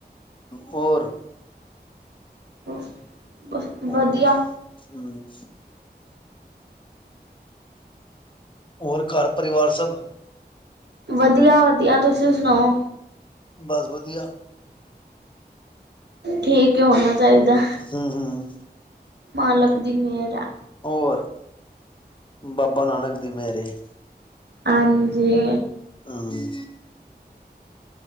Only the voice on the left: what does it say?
ਹੋਰ।
<unintelligible>
ਹੋਰ ਘਾਰ ਪਰਿਵਾਰ ਸਬ
ਬਾਸ ਵਦੀਆ।
ਹੂੰ, ਹੂੰ।
ਓਰ, ਬਾਬਾ ਨਾਨਕ ਦੀ ਮੇਰੇ ਏ।
<unintelligible>